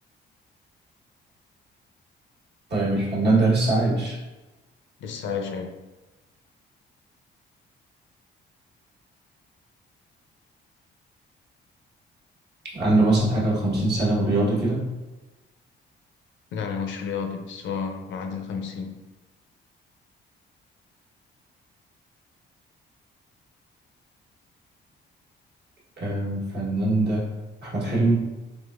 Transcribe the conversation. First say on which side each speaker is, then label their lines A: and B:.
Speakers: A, on the right; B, on the left.
A: طيب الفنان ده لسه عايش
B: لسه عايش أيوة
A: عنده مثلا حاجة وخمسين سنة ورياضي كده
B: لا ما هوش رياضي بس هو معدي الخمسين
A: آه الفنان ده أحمد حلمي